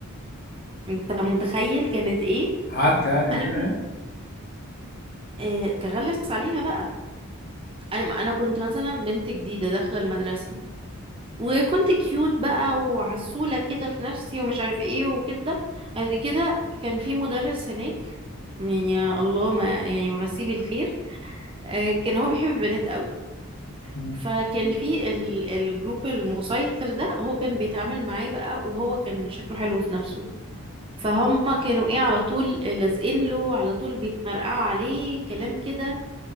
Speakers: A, on the right; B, on the left.
A: انت متخيل كانت ايه
B: عركه يعني وكده
A: انا كنت
B: يعني
A: آه تغلس عليها بقى انا انا كنت مثلا بنت جديده داخله المدرسه وكنت كيوت بقى وعسوله كده في نفسي ومش عارف ايه وكده بعد كده كان في مدرس هناك يعني يا الله ما يعني مسيه بالخير آه، كان هو بيحب البنات قوي
B: مم.
A: فكان في ال- الجروب المسيطر ده هو كان بيتعامل معاه بقى وهو كان شكله حلو في نفسه فهم كانوا ايه على طول لازقين له على طول بيتمرقعوا عليه كلام كده